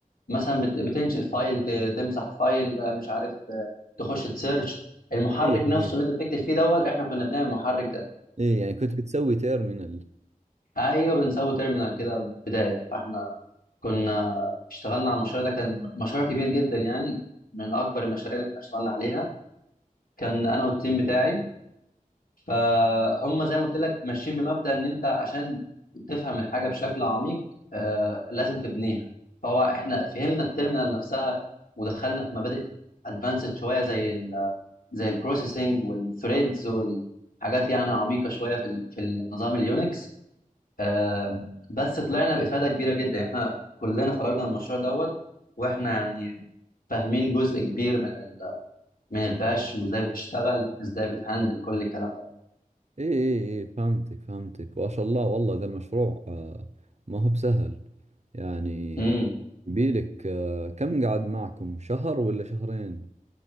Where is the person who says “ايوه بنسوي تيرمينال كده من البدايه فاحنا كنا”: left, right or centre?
Left